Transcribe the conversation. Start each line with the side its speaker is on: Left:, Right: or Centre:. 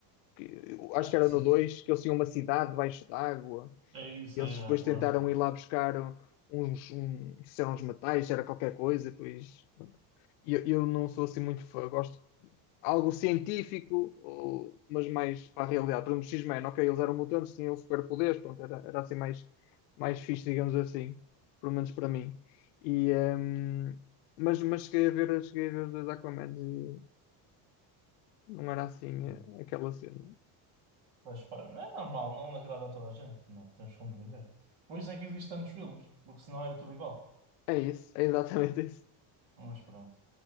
Left: que, eu acho
Right: acho
Left: que era
Right: que sim.
Left: no 2 que eles tinham uma cidade debaixo d'água
Right: É isso,
Left: e
Right: é
Left: eles depois
Right: Atlanta.
Left: tentaram
Right: Não.
Left: ir lá buscar uns, um, se eram uns metais, se era qualquer coisa, e depois. E Eu, eu não sou assim muito fã, gosto algo científico, ou- mas mais para a realidade. Por exemplo, X-Men, ok, eles eram mutantes, tinham superpoderes, pronto, era, era assim mais, mais fixe, digamos assim, pelo menos para mim. E, ehm, mas, mas cheguei a ver, cheguei a ver os dois Aquamans e não era assim
Right: não.
Left: eh, aquela cena.
Right: Mas, pá, não é normal, não agrada a toda a gente. Não, é? temos que compreender. Por isso é que existem tantos filmes, porque senão era tudo igual.
Left: É isso, é exatamente <laughs> isso.
Right: Mas pronto.